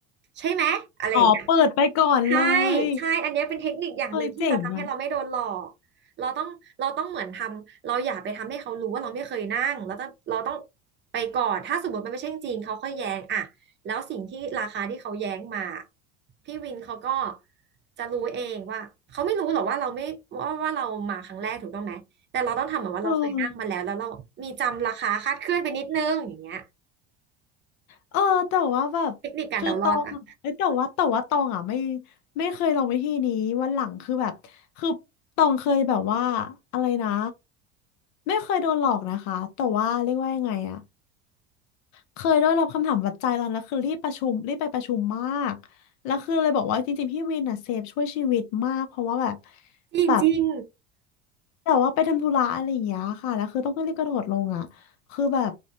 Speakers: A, on the right; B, on the left.
A: ใช่ไหมอะไรอย่างเงี้ย
B: อ๋อเปิดไปก่อนเลย
A: ใช่ ใช่ อันเนี้ยเป็นเทคนิคอย่างหนึ่งที่จะทำให้เราไม่โดนหลอก
B: เฮ้ยเจ๋งอ่ะ
A: เราต้องเราต้องเหมือนทำเราอย่าไปทำให้เขารู้ว่าเราไม่เคยนั่งเราต้องเราต้องไปก่อนถ้าสมมติมันไม่ใช่จริงเขาค่อยแย้งอะแล้วสิ่งที่ราคาที่เขาแย้งมา พี่วินเขาก็จะรู้เองว่าเขาไม่รู้หรอกว่าเราไม่ว่าว่าเรามาครั้งแรกถูกต้องไหมแต่เราต้องทำเหมือนว่าเราเคยนั่งมาแล้วแล้วเรามีจำราคาคลาดเคลื่อนไปนิดนึงอย่างเงี้ย
B: เออเออแต่ว่าแบบคือตองอะเอ้ยแต่ว่าแต่ว่าตองอ่ะไม่
A: เทคนิคการเดารอดอะ
B: ไม่เคยลองวิธีนี้วันหลังคือแบบคือตองเคยแบบว่าอะไรนะไม่เคยโดนหลอกนะคะแต่ว่าเรียกว่ายังไงอะ เคยได้รับคำถามวัดใจตอนนั้นคือรีบประชุมรีบไปประชุมมากแล้วคือเลยบอกว่าจริงๆพี่วินอ่ะเซฟช่วยชีวิตมากเพราะว่าแบบ
A: จริงจริง
B: แบบแต่ว่าไปทำธุระอะไรอย่างเงี้ยค่ะแล้วคือต้องรีบกระโดดลงอ่ะคือแบบ